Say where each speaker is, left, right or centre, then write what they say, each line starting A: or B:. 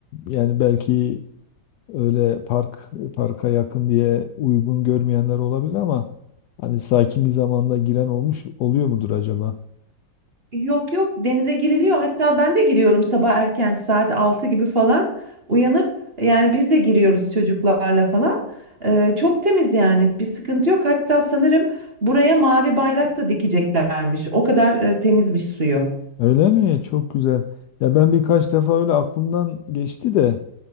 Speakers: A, on the left; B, on the right.
A: Yani belki öyle park parka yakın diye uygun görmeyenler olabilir ama hani sakin bir zamanda giren olmuş oluyor mudur acaba?
B: Yok yok denize giriliyor. Hatta ben de giriyorum sabah erken saat 6 gibi falan uyanıp yani biz de giriyoruz çocuklarla falan. Ee, çok temiz yani bir sıkıntı yok. Hatta sanırım buraya mavi bayrak da dikeceklermiş. O kadar e, temizmiş suyu.
A: Öyle mi? Çok güzel. Ya ben birkaç defa öyle aklımdan geçti de